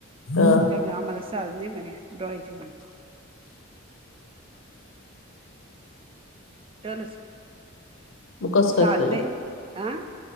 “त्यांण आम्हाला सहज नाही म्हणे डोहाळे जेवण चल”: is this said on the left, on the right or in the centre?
Right